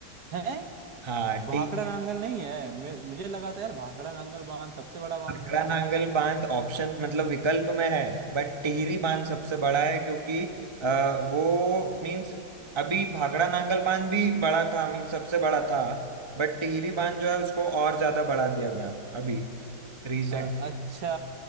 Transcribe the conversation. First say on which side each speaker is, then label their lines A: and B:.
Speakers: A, on the right (about 70°); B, on the right (about 20°).
A: है
B: हाँ
A: भाखड़ा
B: टिहरी
A: नांगल नहीं है मे- मुझे लगा था यार भाखड़ा नांगल बांध सबसे बड़ा बांध
B: आगरा
A: है
B: नांगल बांध ऑप्शन मतलब विकल्प में है बट टिहरी बांध सबसे बड़ा है क्योंकि अ, वो मीन्स अभी भाखड़ा नांगल बांध भी बड़ा था मीन्स सबसे बड़ा था बट टिहरी बांध जो है उसको और ज्यादा बढ़ा दिया गया अभी रिसेंटली
A: अ- अच्छा